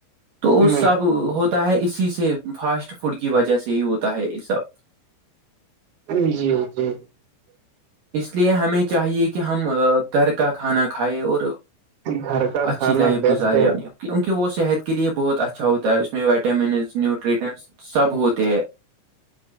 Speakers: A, on the right; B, on the right.
A: تو
B: ہ
A: سب ہوتا ہے اسی سے فاسٹ فوڈ کی وجہ سے ہی ہوتا ہے یہ سب
B: ج جی جی
A: اس لیے ہمیں چاہیے کہ ہم گھر کا کھانا کھائائے اور
B: گھر کا
A: اچھی
B: کھانا
A: لائف
B: بیسٹ
A: گزارے
B: ہے
A: اپنی کی ون کہہ وہ صحت کے لیے بہت اچھا ہوتا ہے اس میں وائٹامنز نیوٹریٹنس سب ہوتے ہیں